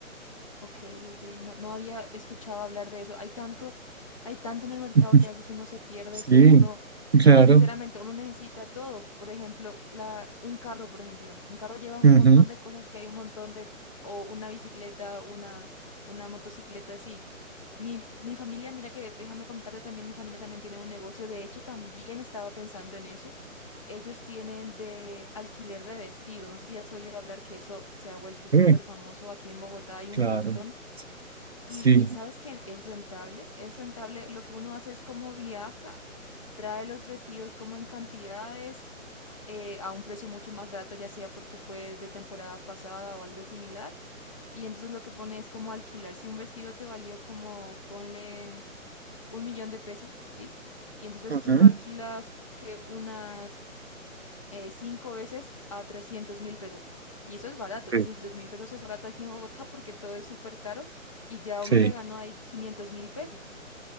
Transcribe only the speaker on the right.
<laughs>
Sí,
claro.
Ujú.
Sí,
claro.
Sí.
Ujú.
Sí,
sí,